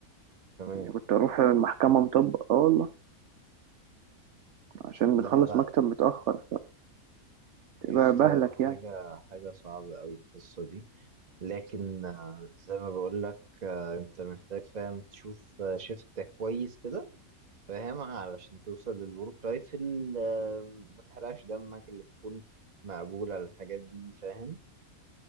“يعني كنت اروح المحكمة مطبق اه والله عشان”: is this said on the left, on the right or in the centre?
Right